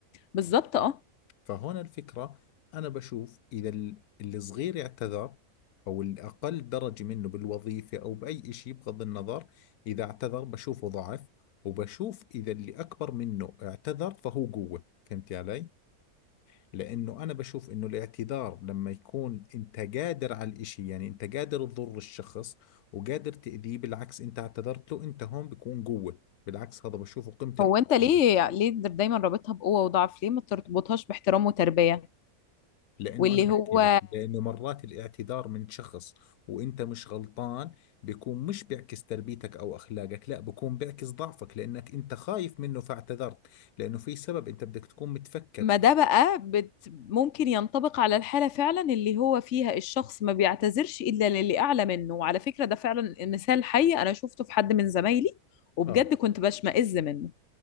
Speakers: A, on the left (about 60°); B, on the left (about 85°).
A: بالظبط اه
B: فهنا الفكرة أنا بشوف إذا ال- اللي صغير اعتذر أو الأقل درجة منه بالوظيفة أو بأي شيء بغض النظر إذا اعتذر بشوفه ضعف وبشوف إذا اللي أكبر منه اعتذر فهو قوة فهمتي علي؟ لأنه أنا بشوف إنه الاعتذار لما يكون أنت قادر على الإشي يعني أنت قادر تضر الشخص وقادر تأذيه بالعكس أنت اعتذرت له أنت هون بيكون قوة بالعكس هذا بشوفه قيمة القوة
A: هو انت ليه ليه دايما رابطها بقوة وضعف ليه ما ترتبطهاش باحترام وتربية
B: لانه
A: واللي
B: انا بحكي
A: هو
B: لك لانه مرات الاعتذار من شخص وانت مش غلطان بيكون مش بيعكس تربيتك او اخلاقك لا بيكون بيعكس ضعفك لانك انت خايف منه فاعتذرت لانه في سبب انت بدك تكون متفكر
A: ما ده بقى بت ممكن ينطبق على الحالة فعلا اللي هو فيها الشخص ما بيعتذرش إلا للي أعلى منه وعلى فكرة ده فعلا مثال حي أنا شفته في حد من زمايلي وبجد
B: اه
A: كنت بشمئز منه